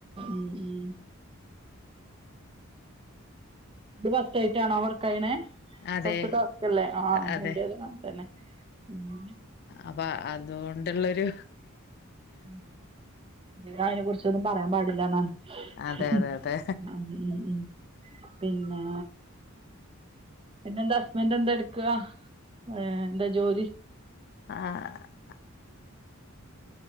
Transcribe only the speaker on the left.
അതെ
അതെ
അപ്പൊ അതുകൊണ്ടുള്ളൊരു
അതെ അതെ അതെ
ആഹ്